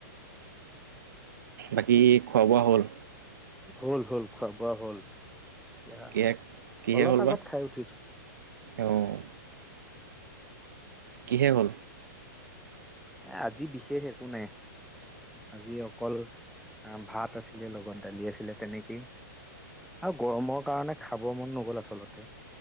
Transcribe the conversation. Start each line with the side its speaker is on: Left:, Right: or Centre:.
Right: বাকী খোৱা বোৱা হ'ল।
Centre: হ'ল হল খোৱাাবোৱা হ'ল। এতিয়া
Right: কিহে কিহে
Centre: অলপ
Right: হ'ল
Centre: আগত
Right: বা?
Centre: খাই উঠিছো।
Right: অ' কিহে হ'ল
Centre: এ আজি বিশেষ একো নাই আজি অকল ভাত আছিলে লগত দালি আছিলে তেনেকেই আৰু গৰমৰ কাৰণে খাব মন নগ'ল আচলতে